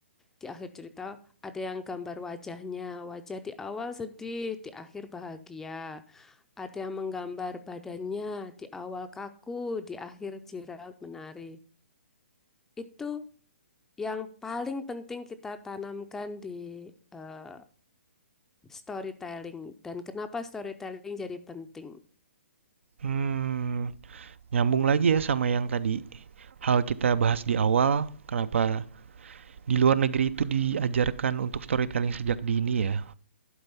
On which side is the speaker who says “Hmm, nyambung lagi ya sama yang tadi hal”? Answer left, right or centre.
Right